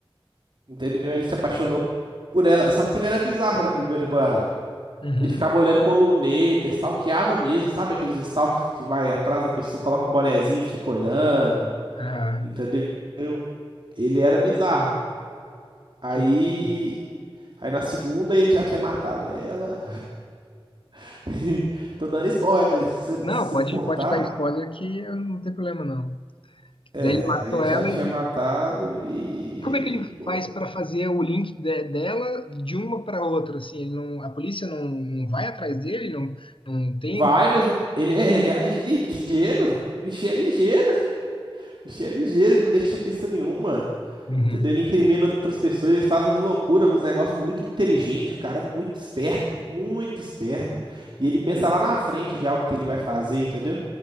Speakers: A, on the right; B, on the left.
A: entendeu? Ele se apaixonou por ela, só que ele era bizarro na primeira temporada.
B: uhum.
A: Ele ficava olhando com luneta, stalkeava mesmo, sabe? Aqueles stalks que vai atrás da pessoa, coloca um bonezinho e fica olhando,
B: Ah,
A: entendeu? Ele era bizarro. Aí,
B: que loucura.
A: aí na segunda ele já tinha matado ela. <laughs> Tô dando spoiler, se você
B: Não,
A: se você
B: pode,
A: não importar.
B: pode dar spoiler que eu não tem problema, não.
A: É,
B: Daí ele matou
A: aí ele
B: ela
A: já tinha
B: e
A: matado e
B: E como
A: aí,
B: é que ele
A: pô.
B: faz para fazer o link de- dela de uma para outra? Assim, ele não, a polícia não, não vai atrás dele, não, não tem.
A: Vai, mas o- ele é, ele é ligeiro. O bichinho é ligeiro. Bicho é ligeiro, ele não deixa pista nenhuma.
B: Uhum.
A: Entendeu? Ele incrimina outras pessoas, ele faz umas loucuras, uns negócios muito inteligentes. O cara é muito esperto, muito esperto. E ele pensa lá na frente já o que que ele vai fazer, entendeu?